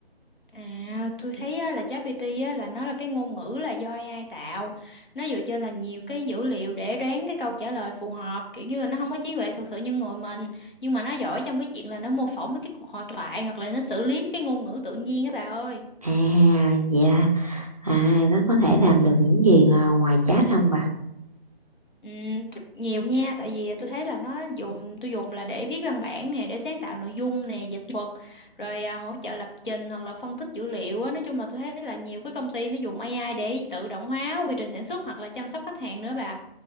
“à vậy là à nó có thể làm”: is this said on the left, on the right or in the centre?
Right